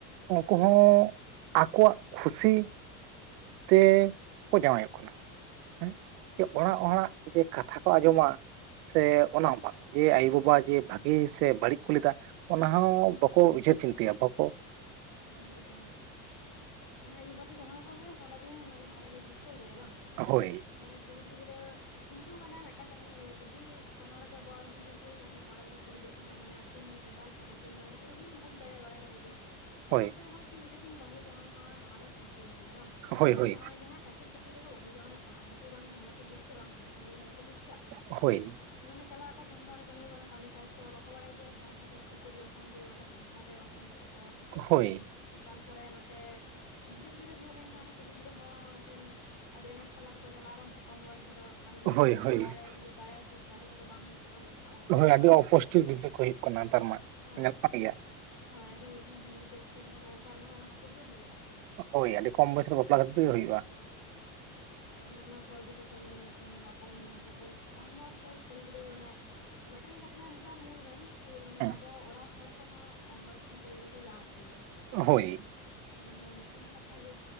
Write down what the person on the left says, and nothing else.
ᱮᱠᱫᱚᱢ ᱮᱠᱫᱚᱢ ᱟᱭᱳᱼ ᱵᱟᱵᱟ ᱫᱚ ᱡᱟᱦᱟᱸ ᱠᱚ ᱞᱟᱹᱭᱟ ᱥᱟᱨᱟᱫᱤᱱ ᱢᱟᱱᱮᱹ ᱵᱷᱟᱞᱮ ᱞᱟᱹᱜᱤᱫ ᱜᱮᱹᱠᱚ ᱞᱟᱹᱭᱟ ᱵᱟᱝ?
ᱢᱟᱹᱱᱮ ᱠᱩᱲᱤ ᱜᱤᱫᱽᱨᱟᱹ ᱠᱤᱱᱛᱩ ᱢᱟᱹᱱᱮ ᱢᱤᱫᱴᱟᱜ ᱠᱟᱛᱷᱟ ᱞᱧ ᱞᱟᱹᱭᱟ ᱡᱚᱫ ᱵᱮ ᱦᱚᱲᱹᱟᱜ ᱜᱮ ᱵᱚᱭᱚᱥ ᱡᱩᱫᱤ ᱦᱩᱭ ᱠᱟᱱ ᱠᱷᱟᱱ ᱠᱚᱲᱟ ᱜᱤᱫᱽᱨᱟᱹᱼᱼ ᱠᱩᱲᱤᱫᱨᱟᱹ ᱢᱟᱱᱮᱹᱠᱤᱱ ᱰᱟᱞᱴ ᱠᱟᱱᱟ ᱠᱤᱱᱟᱱ ᱡᱚᱛᱚ ᱠᱤᱷᱩ ᱠᱤᱱ ᱵᱩᱡᱽ ᱫᱟᱲᱮᱭᱟᱜᱼᱟ ᱠᱤᱱ ᱵᱟᱹᱲᱟᱭᱟᱲᱭᱟᱜᱼᱟ ᱠᱤᱱᱼᱼ
ᱩᱱ ᱚᱠᱛᱚ ᱡᱚᱠᱷᱚᱱ ᱠᱤᱱ ᱡᱩᱫᱤ ᱠᱤᱱ ᱵᱟᱹᱩ ᱡᱟᱶᱟᱭᱚᱜᱼᱟ ᱚᱱᱟ ᱫᱚ ᱴᱷᱤᱠ ᱵᱤᱱ ᱞᱟᱹᱭ ᱜᱮᱹᱭᱟ ᱵᱟᱝ ᱥᱮ
ᱢᱮᱱᱹᱠᱷᱟᱱ
ᱱᱚᱜ ᱚᱭ ᱡᱟᱦᱟᱸ ᱠᱟᱹᱴᱤᱡᱼᱼ ᱠᱟᱹᱴᱤᱡ ᱠᱟᱹᱴᱤᱡ ᱨᱮᱹᱠᱚ ᱵᱟᱹᱩ ᱡᱟᱶᱚᱜ ᱠᱟᱱᱟ ᱩᱱᱠᱩ ᱵᱟᱝ ᱡ ᱡᱟᱦᱱᱟᱹᱜ ᱵᱩᱡ ᱠᱟᱜ ᱵᱟᱝᱹᱚᱝᱥᱟ ᱱᱮ ᱡᱟᱦᱟᱸᱱᱟᱜ ᱵᱩᱡ ᱠᱟᱜ᱾
ᱢᱟᱹᱱᱮ ᱪᱟᱞᱟᱹᱜ ᱟᱠᱚ ᱥᱚᱝᱥᱟᱨ ᱠᱚ ᱱᱮ ᱠᱚᱱᱳ ᱠᱟᱹᱢᱤ ᱠᱟᱡ ᱫᱚ ᱵᱟᱠᱚᱸ ᱵᱟᱲᱟᱹᱭ ᱜᱮᱹᱭᱟ ᱥᱟᱶᱛᱮ ᱠᱷᱟᱹᱯᱟᱹᱨᱤ ᱚᱥᱟᱱᱛ ᱢᱤᱫᱴᱟᱝ ᱥᱚᱝᱥᱟᱨ᱾ ᱟᱨᱮ ᱚᱥᱟᱱᱛᱤᱜ ᱟᱠᱚ᱾
ᱛᱟᱨᱯᱚᱨᱮ ᱱᱚᱛᱮ ᱜᱤᱫᱟᱹᱨ ᱯᱤᱫᱟᱹᱨ ᱦᱩᱭ ᱞᱮᱱᱠᱷᱟᱱᱸ ᱠᱩᱲᱤ ᱜᱤᱫᱽᱨᱟᱹ ᱦᱚᱸ ᱢᱤᱫᱴᱮᱱᱼᱼ ᱟᱹᱰᱤ ᱟᱱᱟᱴ ᱛᱟᱞᱟ ᱛᱮᱠᱚ ᱪᱟᱞᱟᱜᱼᱟ ᱵᱟᱝ ᱥᱮ ᱠᱚᱢ ᱵᱚᱭᱚᱥ ᱨᱮᱫᱚ ᱟᱨ ᱜᱤᱫᱽᱨᱟᱹ
ᱦᱚᱸ
ᱢᱟᱱᱮ ᱫᱟᱲᱮ ᱤᱭᱟᱹ ᱫᱟᱲᱮ ᱨᱮᱫᱚ ᱵᱟᱝ ᱦᱩᱭᱩᱜᱼᱼ ᱢᱟᱱᱮ ᱡᱟᱦᱟᱸ ᱚᱵᱚᱥᱴᱤ
ᱠᱚᱨᱮ
ᱦᱩᱭᱩᱜ ᱠᱟᱱᱟ ᱫᱚ
ᱦᱳᱭ᱾
ᱦᱳᱭ ᱟᱹᱰᱤ ᱡᱟᱦᱟᱸ ᱦᱮᱱᱰᱤᱠᱮᱯ ᱠᱚ ᱡᱟᱦᱟᱸ ᱠᱚ ᱚᱱᱠᱟ ᱚᱱᱟ ᱫᱚ ᱚᱱᱟ ᱠᱷᱟᱹᱛᱤᱨ ᱜᱮ ᱦᱩᱭᱩᱜᱼᱟ᱾
ᱦᱳᱭ ᱦᱳᱭ ᱾ ᱚᱱᱮ ᱚᱱᱟ ᱠᱚ ᱤᱫᱤ ᱠᱟᱛᱮᱜ ᱢᱟᱱᱮ ᱢᱤᱫᱴᱟᱝ <unintelligible> ᱱᱤᱭᱟᱹ ᱠᱟᱛᱮ ᱠᱚᱢ ᱵᱚᱭᱮᱥ ᱨᱮ ᱠᱩᱲᱤ ᱜᱤᱫᱽᱨᱟᱹ ᱚᱱᱮᱼᱼ ᱢᱤᱫᱴᱮᱱ ᱠᱟᱛᱷᱟ ᱱᱮᱛᱟᱨ ᱧᱮᱞ ᱵᱮᱱ ᱢᱟᱱᱮ
ᱟᱵᱚ ᱚᱲᱟᱜ ᱦᱚᱲ ᱠᱚᱦᱚᱸ ᱠᱚᱢ ᱵᱚᱭᱮᱥ ᱨᱮᱦᱚᱸ ᱠᱩᱤ ᱜᱤᱫᱽᱨᱟᱹ ᱠᱚ ᱡᱟᱶᱟᱭᱮᱫ ᱠᱚ ᱜᱮᱭᱟ᱾
ᱢᱟᱱᱮ ᱢᱤᱫᱴᱮᱱ ᱠᱟᱛᱷᱟ ᱡᱮ